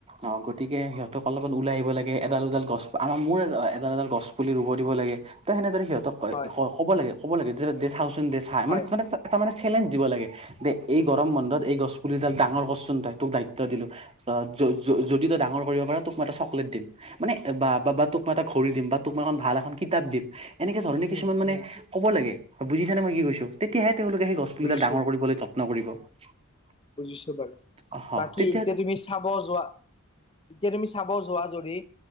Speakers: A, on the right (about 30°); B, on the left (about 25°).
A: অ গতিকে সিহঁতক অলপমান ওলাই আহিব লাগে এডাল এডাল গছ আমাৰ মোৰ এডাল এডাল গছ পুলি ৰুব দিব লাগে ত সেনেদৰে সহঁতক
B: উম, হয়,
A: কব লাগে ক' লাগ যে দ চাওচোন দে চাই
B: হয়,
A: মানেটা এটা মানে চেলেঞ্জ
B: উম,
A: দিব লাগে যে এই গৰম বন্ধত
B: উম,
A: এই গছ পুলিডাল ডাঙৰ কৰচোন তই তোক দায়িত্ব দিলো অ', দি তই ডাঙৰ কৰিব পাৰ, তোক মই এটা চকলেট দিম মানে তোক মা এটা ঘড় দিম বা তোক মা এখন ভাল এখন কিতাপ দিম এনেকে ধৰণে কিছুমান
B: উম,
A: মানে
B: উম,
A: কবাগে বুজিছান মই কি কৈছোঁ তেতিহে তেওঁলোকে সেই গছ পুলিডাল
B: বুজিছো,
A: ডাঙৰ কৰিবলৈ <unintelligible>
B: বুজিছো বাৰু
A: অ
B: বাকী
A: তেতিয়া
B: এতিয়া তুমি চাব যোৱা এতিয়া, তুমি চাব যোৱা যদি